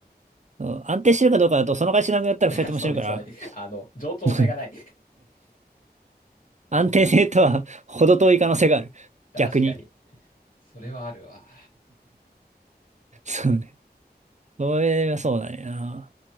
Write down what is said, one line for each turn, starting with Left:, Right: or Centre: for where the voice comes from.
Right: ん安定してるかどうかだと、その会社なくなったら二人とも死ぬから、
Left: う。<laughs> まあ、そうね、そうね。あの、冗長性がない。
Right: <laughs> 安定性とは程遠い可能性がある。
Left: <laughs> 確かに。
Right: 逆に。
Left: それはあるわ。
Right: そうね。それはそうだねな。